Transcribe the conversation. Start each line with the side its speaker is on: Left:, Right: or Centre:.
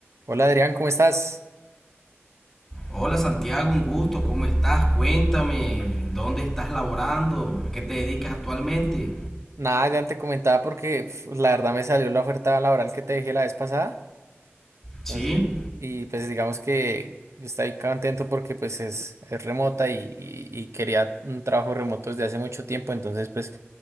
Right: Hola Adrián, ¿cómo estás?
Centre: Hola Santiago, un gusto, ¿cómo estás? Cuéntame, ¿dónde estás laborando? ¿A qué te dedicas actualmente?
Right: Nada, ya te comentaba porque uf, la verdad me salió la oferta laboral que te dejé la vez pasada.
Centre: Sí,
Right: Entonces, y pues digamos que yo estoy contento porque pues es, es remota y, y- y quería un trabajo remoto desde hace mucho tiempo, entonces pues